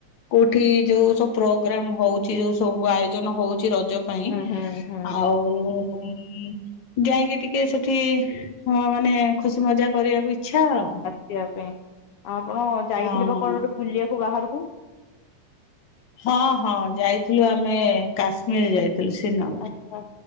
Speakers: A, on the left; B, on the left.
A: କୋଉଠି ଯୋଉ ସବୁ ପ୍ରୋଗ୍ରାମ ହଉଛି ଯୋଉ ସବୁ ଆୟୋଜନ ହଉଛି ରଜ ପାଇଁ
B: ହୁଁ ହୁଁ ହୁଁ
A: ଆଉ ପୁଣି ଯାଇକି ଟିକେ ସେଠି ହଁ ଅ ମାନେ ଖୁସି ମଜା କରିବାକୁ ଇଚ୍ଛା ଆଉ।
B: ଯିବା ପାଇଁ ଆଉ ଆପଣ ଯାଇଥିଲେ
A: ହଁ
B: କଣ ଗୋଟେ ବୁଲିବାକୁ ବାହାରକୁ?
A: ହଁ ହଁ ଯାଇଥିଲୁ ଆମେ କାଶ୍ମୀର ଯାଇଥିଲୁ। <unintelligible>
B: ଆଚ୍ଛା